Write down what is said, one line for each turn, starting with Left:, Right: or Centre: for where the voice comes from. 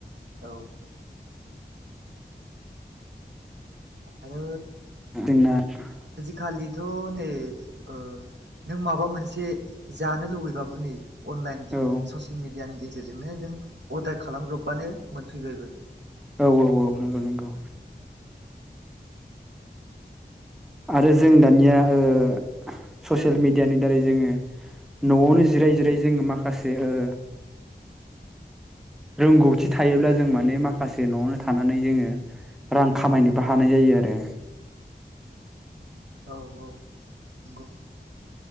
Right: औ। आरो
Centre: <unintelligible>
Right: खालिथ' नै ओ नों माबा मोनसे जानो लुबैबाबो नै अनलाइन जुग
Centre: औ
Right: ससियेल मिडियानि गेजेरजोंनो नों अर्डार खालामब्रबबानो मोनफैबायबो।
Centre: औ औ औ नंगौ नंगौ। आरो जों दानिया ओ ससियेल
Right: दा
Centre: मिडियानि दारै जोङो न'आवनो जिराय जिराय जोङो माखासे ओ रोंगौथि थायोब्ला जों माने माखासे न'आवनो थानानै जोङो रां खामायनोबो हानाय जायो आरो।
Right: औ औ नंगौ।